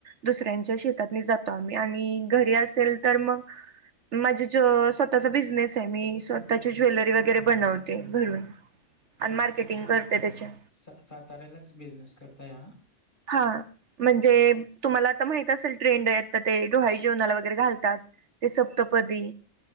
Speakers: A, on the right; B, on the left.
A: दुसऱ्यांच्या शेतात जातो आम्ही आणि घरी असेल तर मग माझी जो स्वतःचा बिझनेस आहे. मी स्वतःची ज्वेलरी वगैरे बनवते घरून. आणि मार्केटिंग करते त्याच्या.
B: स-साताऱ्यालाच बिझनेस करताय हा?
A: हा म्हणजे तुम्हाला आता माहित असेल ट्रेंड आहे, तर ते डोहाळे जेवणाला वगैरे घालतात. ते सप्तपदी.